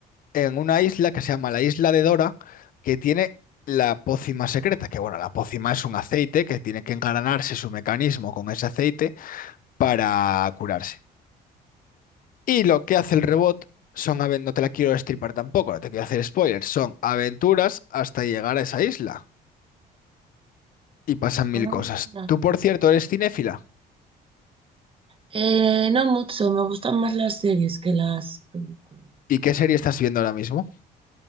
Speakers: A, on the left; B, on the right.
A: en una isla que se llama la Isla de Dora, que tiene la pócima secreta, que bueno, la pócima es un aceite que tiene que engranarse su mecanismo con ese aceite para curarse. Y lo que hace el rebot son, aven- no te la quiero destripar tampoco, no te quiero hacer spoilers, son aventuras hasta llegar a esa isla y pasan mil
B: Anda.
A: cosas. Tú, por cierto, eres cinéfila.
B: Eh, no mucho, me gustan más las series que las películas.
A: ¿Y qué serie estás viendo ahora mismo?